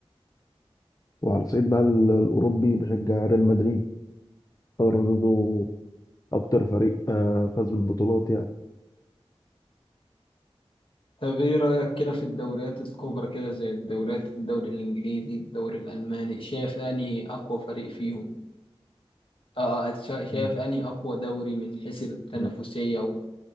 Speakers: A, on the left; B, on the left.
A: وعلى الصعيد بقى ال- الأوروبي بشجع ريال مدريد هو برضه أكتر فريق آه، فاز بالبطولات يعني
B: طب إيه رأيك كده في الدوريات الكبرى كده زي الدوريات الدوري الإنجليزي، الدوري الألماني، شايف أنهي أقوى فريق فيهم؟ اه آه، شا- شايف
A: مم.
B: اني اقوى دوري من حيث التنافسيه
A: مم.